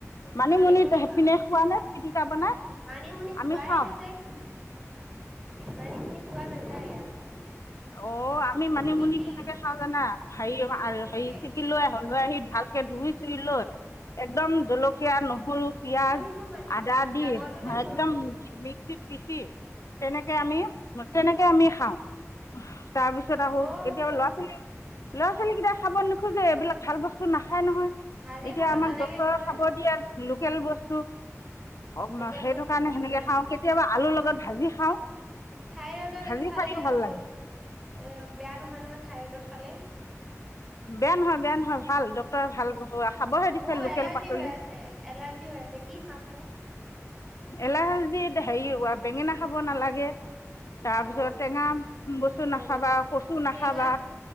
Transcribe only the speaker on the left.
মানিমুনিপিনে
খোৱা নে পিটিকা বনাই
আমি
খাও।
অ আমি মানিমুনি
কেনেকে খাও জানা হেৰি
হেৰি চেিকি লৈ আহ লৈ আহি ভালকে ধুই চুই লৈ একদম জলকীয়া নহৰু পিযয়াজ
আদা দি
একদম মিক্সিত খিছি। তেনেকে আমি তেনেকে আমি হা। <inaudible> তাৰপিছত আকৌ
কেতিয়াবা
ল'ৰা ছোৱালী ল'ৰা ছোৱালী কেইটা। খাব নোজে এইবিলাক ভাল বস্তু না খাই নহয়
এতিয়া
আমাক
ডক্তৰ
চাব দিয়ে লোকেল বস্তু ক <inaudible> অ
সেইটো
কাৰণে
সেনেকে
খাওঁ কেতিয়াবা আলু লত ভাজি খাওঁ
ভাজি
খাইও ভাল
লাগে
বেয়া নহয় বেয়া নহয় ভাল ডক্টৰে ভাল খাবহে দিছে
লোকেল
পাচলি
এলাহ যে হেৰি বেঙেনা খাব নালাগে। তাৰপিছত
টেঙা বস্তু
নাখাবা
কচু নাখাবা